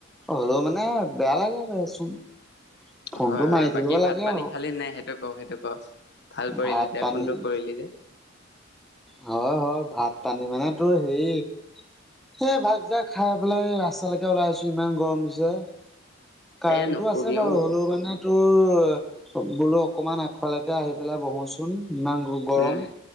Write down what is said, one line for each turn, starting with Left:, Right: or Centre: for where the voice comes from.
Centre: হ'লেও মানে বেয়া লাগে আৰু দেচোন। ফোনটো
Left: হয়
Centre: মাৰি
Left: হয়
Centre: থাকিব
Left: বাকী ভাত
Centre: লাগে
Left: পানী
Centre: আৰু
Left: খালি নাই সেইটো ক সেইটো ক, ভাল কৰিলি
Centre: ভাত
Left: দে,
Centre: পানী
Left: ফোনটো কৰিলি যে।
Centre: হয় হয় ভাত পানী মানে তো হেৰি সেই ভাত কিতা খাই পেলাই ৰাস্তালৈকে ওলাই আহিছোঁ ইমান গৰম দিছে। কাৰেণ্টটো
Left: এ নকবি
Centre: আছে বাৰু
Left: অ
Centre: হ'লেও মানে তোৰ বোলো অকমান আগফালেকে আহি পেলাই বহোচোন, ইমান গৰম।
Left: উম